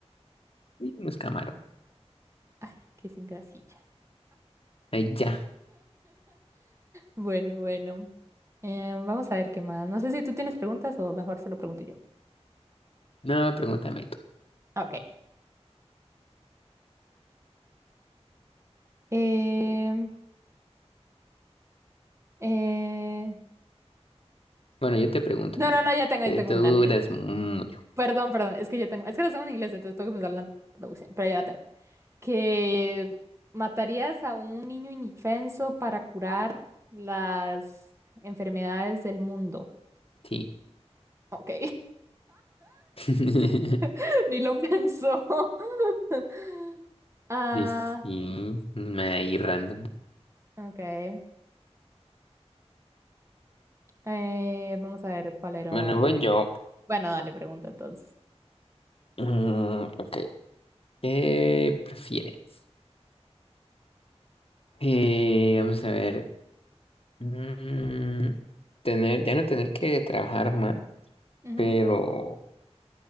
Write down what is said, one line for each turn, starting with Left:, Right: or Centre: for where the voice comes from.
Left: Sí, unos camarones.
Right: Ay, qué sin grasilla.
Left: Ahí ya.
Right: Bueno, bueno. Eh, vamos a ver qué más. No sé si tú tienes preguntas o mejor se lo pregunto yo.
Left: No, pregúntame tú.
Right: Ok. Eh, eh...
Left: Bueno, yo te pregunto
Right: No,
Left: también.
Right: no, no, ya tengo,
Left: que
Right: ya tengo
Left: tú
Right: una.
Left: duras
Right: no, ya-
Left: mucho.
Right: Perdón, perdón. Es que ya tengo, es que las tengo en inglés, entonces tengo que pensar en la traducción, pero ya la tengo. que matarías a un niño indefenso para curar las enfermedades del mundo.
Left: Sí.
Right: Ok,
Left: <laughs>
Right: <laughs> ni lo pensó. <laughs> Ah,
Left: De sí. Ahí random.
Right: ok. Eh, vamos a ver cuál era
Left: Bueno,
Right: lo
Left: voy
Right: otro.
Left: yo.
Right: Bueno, dale, pregunta entonces.
Left: Mm, ok. ¿Qué prefieres? Eh, vamos a ver. Mm, tener, ya no tener que trabajar más,
Right: Ujú.
Left: pero